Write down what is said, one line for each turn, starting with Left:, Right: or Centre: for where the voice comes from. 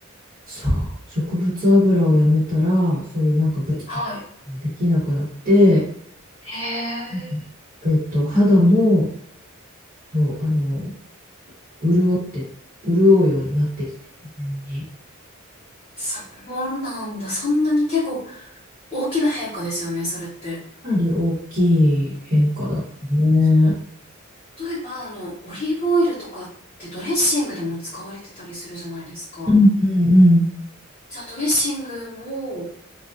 Right: そう、植物油をやめたら、そういうなんかブツブツ
Left: はい。
Right: できなくなって、
Left: へえ。
Right: うんえっと、肌も、そう、あの、潤って、潤うようになってきて、自然に
Left: そうなんだ。そんなに結構大きな変化ですよね、それって。
Right: かなり大きい変化だったね。
Left: 例えば、あの、オリーブオイルとかってドレッシングでも使われてたりするじゃないですか。
Right: うんうんうん。
Left: じゃあ、ドレッシングも、